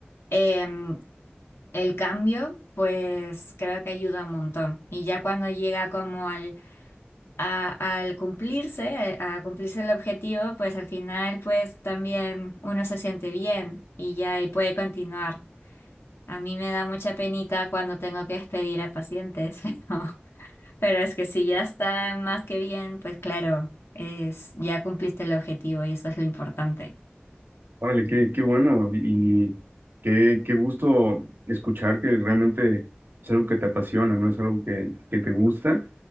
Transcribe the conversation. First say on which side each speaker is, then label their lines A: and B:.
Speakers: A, on the left; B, on the right.
A: em, el cambio, pues creo que ayuda un montón. Y ya cuando llega como al a- al cumplirse, a, a cumplirse el objetivo, pues al final pues también uno se siente bien y ya y puede continuar. A mí me da mucha penita cuando tengo que despedir a pacientes, <laughs> pero, pero es que si ya está más que bien, pues claro, es, ya cumpliste el objetivo y eso es lo importante.
B: Órale, qué, qué bueno y qué, qué gusto escuchar que realmente es algo que te apasiona, ¿no? Es algo que, que te gusta